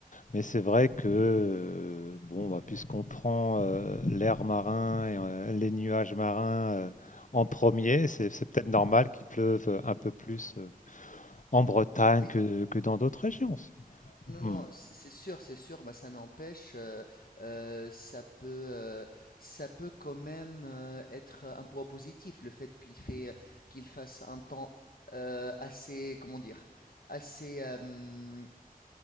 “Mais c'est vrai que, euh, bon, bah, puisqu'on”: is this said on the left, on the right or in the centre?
Left